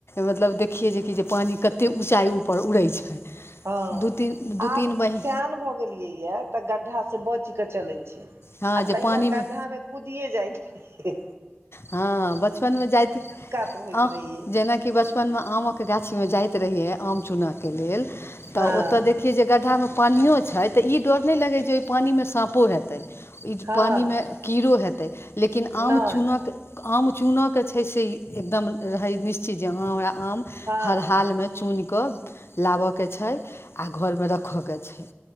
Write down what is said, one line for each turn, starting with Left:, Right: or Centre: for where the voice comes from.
Left: मतलब देखियै जेकि जे पानि कतेक ऊँचाइ ऊपर उड़ै छै।
Right: हँ
Left: दू तीन
Right: आब
Left: दू तीन बहीन
Right: स्यान भऽ गेल गेलिय य तऽ गड्ढा से बच के चले छै
Left: हँ
Right: आ
Left: जे
Right: तहिया
Left: पानिमे
Right: गड्ढा मे कुदिय जाइत <unintelligible> रहिए
Left: हंऽ बचपन में जाइत
Right: कात होइत
Left: आउ
Right: रहियै
Left: जेना कि बचपन मे आमक गाछी मे जाइत रहियै, आम चूनऽ के लेल तऽ
Right: हँ
Left: ओतऽ दे खिय जे गड्ढामे पानिओ छै, तऽ ई डर नहि लगै, जे ओहि पानिमे साँपो हेतै। ई
Right: हँ
Left: पानिमे कीड़ो हेतै, लेकिन आम
Right: नहि
Left: चूनके आम चूनक छै से एकदम रहै निश्चित, जे हँ हमराआम
Right: हँ
Left: हर हालमे
Right: हँ
Left: चुनिकऽ लाबऽके छै, आ घरमे रखऽके छै